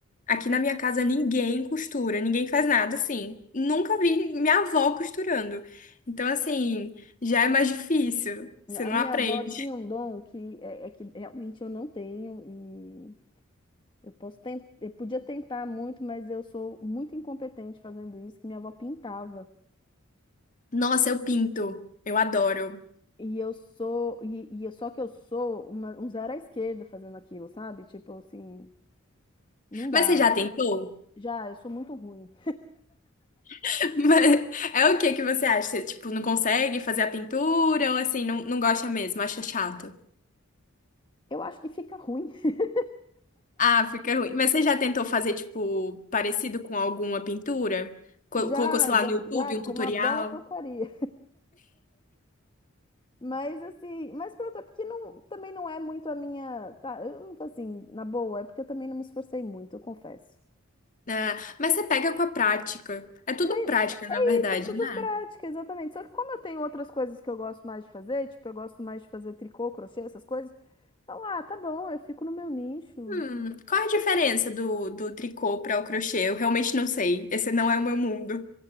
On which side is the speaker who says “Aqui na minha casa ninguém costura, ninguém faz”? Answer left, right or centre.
Left